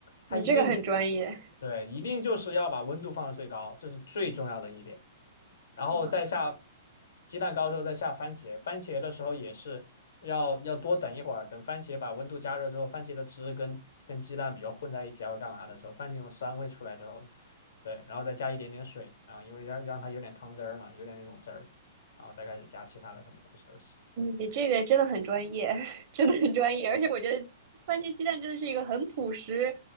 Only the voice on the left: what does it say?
它一定，
对，一定就是要把温度放到最高，这是最重要的一点。然后再下
鸡蛋糕之后再下番茄，番茄的时候也是要要多等一会儿，等番茄把温度加热之后，番茄的汁跟跟鸡蛋比较混在一起，还会干嘛的时候，番茄那种酸味出来之后，对，然后再加一点点水，然后因为要让它有点汤汁儿嘛，有点那种汁儿，然后再开始加其他的什么东西都行。对